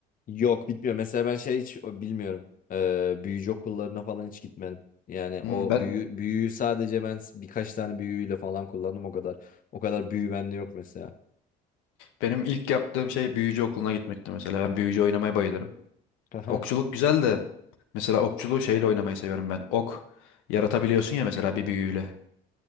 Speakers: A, on the left; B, on the left.
A: Yok bitmiyor. Mesela ben şey hiç o, bilmiyorum. E, büyücü okullarına falan hiç gitmedim. Yani o
B: Hmm, ben
A: büyü, büyüyü sadece ben s- birkaç tane büyüyle falan kullandım o kadar. O kadar büyü bende yok mesela.
B: benim ilk yaptığım şey büyücü okuluna gitmekti mesela. Ben büyücü oynamaya bayılırım.
A: Aha.
B: Okçuluk güzel de mesela okçuluğu şeyle oynamayı seviyorum ben. Ok yaratabiliyorsun ya mesela bir büyüyle.